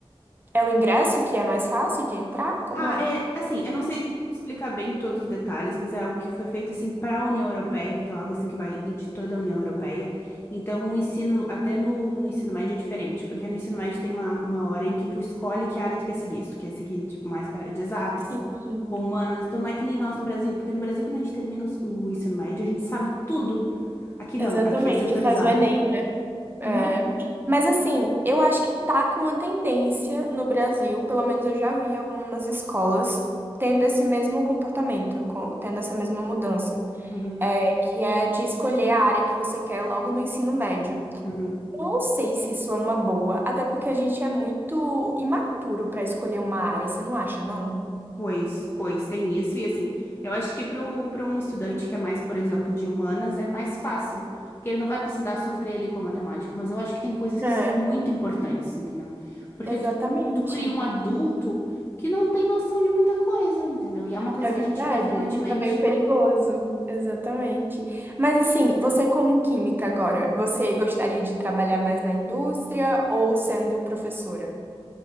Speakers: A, on the right; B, on the left.
A: É o ingresso que é mais fácil de entrar? Como
B: Ah,
A: é?
B: é assim, eu não sei explicar bem todos os detalhes, mas é algo que foi feito assim para a União Europeia, então algo assim que vai de toda a União Europeia. Então o ensino, até no, no ensino médio é diferente, porque no ensino médio tem uma, uma hora em que tu escolhe que área tu quer seguir, se tu quer seguir tipo mais para área de exatas
A: Sim,
B: ou humanas, então não é que nem nós no Brasil, porque no Brasil quando a gente termina os- o ensino médio a gente sabe tudo. Aqui não,
A: exatamente.
B: aqui é setorizado.
A: Faz o Enem. É.
B: Uhum,
A: Mas assim, eu acho que tá com uma tendência no Brasil, pelo menos eu já vi algumas escolas tendo esse mesmo comportamento, com- tendo essa mesma mudança,
B: uhum,
A: é, que é de escolher a área que você quer logo no ensino médio.
B: uhum.
A: Eu não sei se isso é uma boa, até porque a gente é muito imaturo pra escolher uma área, você não acha, não?
B: Pois, pois, tem isso. E assim, eu acho que para um estudante que é mais, por exemplo, de humanas, é mais fácil, porque ele não vai precisar sofrer ali com a matemática. Mas eu acho que tem coisas que
A: É,
B: são muito importantes, entendeu? Porque
A: exatamente.
B: tu, tu cria um adulto que não tem noção de muita coisa, entendeu? E é uma coisa
A: É verdade,
B: que a gente vê frequentemente.
A: isso é meio perigoso, exatamente. Mas assim, você como química agora, você gostaria de trabalhar mais na indústria ou sendo professora?